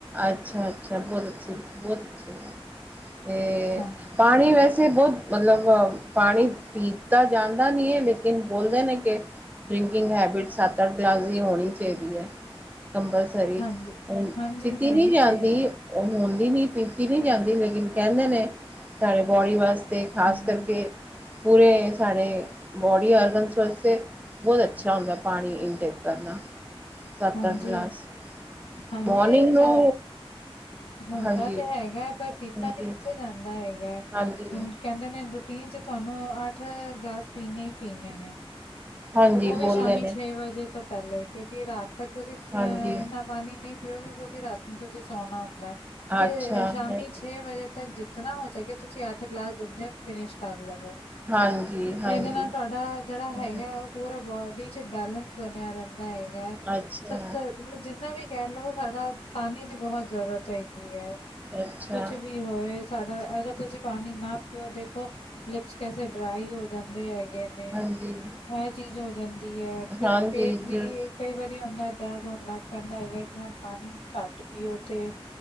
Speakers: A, on the right; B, on the left.
A: ਅੱਛਾ, ਅੱਛਾ ਬਹੁਤ ਅੱਛੀ ਬਹੁਤ ਅੱਛੀ ਤੇ
B: ਹਾਂਜੀ
A: ਪਾਣੀ ਨਹੀਂ, ਬਈ ਵੈਸੇ ਬਹੁਤ ਮਤਲਬ ਪਾਣੀ ਪੀ ਤਾ ਜਾਂਦਾ ਨੀ ਹੈ ਲੇਕਿਨ ਬੋਲਦੇ ਨੇ ਕਿ ਡਰਿੰਕਿੰਗ ਹੈਬਿਟ ਸੱਤ ਅੱਠ ਕਲਾਸ ਦੀ ਹੋਣੀ ਚਾਹੀਦੀ ਹੈ ਕੰਪਲਸਰੀ
B: ਹਾਂਜੀ, ਹਾਂਜੀ
A: ਪੀਤੀ
B: ਹੋਣੀ
A: ਨਹੀਂ ਜਾਂਦੀ
B: ਚਾਹੀਏ
A: ਹੁੰਦੀ ਨੀ ਪੀਤੀ ਨਹੀ ਜਾਂਦੀ ਕਹਿੰਦੇ ਨੇ ਸਾਰੇ ਬੋਡੀ ਵਾਸਤੇ ਤੇ ਖਾਸ
B: ਹੂੰ,
A: ਕਰਕੇ ਪੂਰੇ ਸਾਡੇ ਬੋਡੀ ਆਰਗਨਸ ਵਾਸਤੇ ਬਹੁਤ ਅੱਛਾ ਹੁੰਦਾ। ਪਾਣੀ ਇਨਟੇਕ ਕਰਨਾ, ਸੱਤ,
B: ਹਾਂਜੀ।
A: ਅੱਠ ਗਲਾਸ
B: ਹਾਂਜੀ
A: ਮੋਰਨਿੰਗ ਨੂੰ
B: ਸ ਹੁੰਦਾ
A: ਹਾਂਜੀ
B: ਤੇ ਹੈਗਾ। ਪਰ ਪੀਤਾ
A: ਹਾਂਜੀ
B: ਤੇ, ਕਿੱਥੇ ਜਾਂਦਾ ਹੈਗਾ।
A: ਹਾਂਜੀ
B: ਹੁਣ ਕਹਿੰਦੇ ਨੇ ਦਿਨ ਚ, ਤੁਹਾਨੂੰ ਅੱਠ ਗਲਾਸ, ਪੀਣੇ ਹੀ ਪੀਣੇ ਨੇ।
A: ਹਾਂਜੀ
B: ਤੇ ਉਹ ਵੀ,
A: ਬੋਲਦੇ
B: ਸ਼ਾਮੀ
A: ਨੇ
B: ਛੇ ਵਜੇ ਤੋਂ। ਪਹਿਲੇ ਕਿਉਂਕਿ, ਰਾਤ ਤੱਕ ਤੁਸੀਂ,
A: ਹਾਂਜੀ
B: ਇੰਨਾ ਪਾਣੀ ਨਹੀਂ ਪੀਓਗੇ। ਕਿਉਂਕਿ ਰਾਤ ਨੂੰ, ਤੁਸੀਂ ਸੋਣਾ ਹੁੰਦਾ ਏ। ਤੇ
A: ਅੱਛਾ
B: ਸ਼ਾਮੀ
A: ਹਾਂਜੀ
B: ਛੇ ਵਜੇ ਤੱਕ ਜਿੱ ਜਿਤਨਾ ਹੋ ਸਕੇ ਤੁਸੀਂ ਅੱਠ ਗ਼ਲਾਸ ਦਿੰਦੇ ਫਿਨਿਸ਼ ਕਰ ਲਵੋ
A: ਹਾਂਜੀ
B: ਇਹਦੇ
A: ਹਾਂਜੀ
B: ਨਾਲ ਤੁਹਾਡਾ ਜਿਹੜਾ
A: ਹਮ
B: ਹੈਗਾ ਉਹ ਪੂਰਾ ਬੋਡੀ ਚ, ਬੈਲਨਸ ਬਣਿਆਾ, ਰਹਿਦਾ ਹੈਗਾ।
A: ਅੱਛਾ
B: ਸੱਤ, ਜਿੰਨਾ ਵੀ ਕਹਿ ਲਓ। ਸਾਡਾ ਪਾਣੀ ਦੀ, ਬਹੁਤ ਜ਼ਰੂਰਤ ਹੈਗੀ ਹੈ।
A: ਅੱਛਾ
B: ਕੁਛ, ਵੀ ਹੋਏ। ਸਾਡਾ, ਅਗਰ ਤੁਸੀਂ ਪਾਣੀ ਨਾ ਪਿਓ। ਦੇਖੋ, ਲਿਪਸ ਕੈਸੇ ਡਰਾਈ, ਹੋ ਜਾਂਦੇ ਹੈਗੇ ਐ।
A: ਹਾਂਜੀ
B: ਇਹ ਚੀਜ਼ ਹੋ ਜਾਂਦੀ ਹੈ। ਫੇਰ
A: ਹਾਂਜੀ
B: ਪੇਟ ਵੀ
A: ਜ
B: ਕਈ ਵਾਰੀ ਵੀ ਆਪਣਾ, ਦਰਦ ਹੋਣ ਲੱਗ ਪੈਂਦਾ ਹੈਗਾ। ਕਿ ਹਾਂ, ਪਾਣੀ ਘੱਟ ਪੀਓ ਤੇ।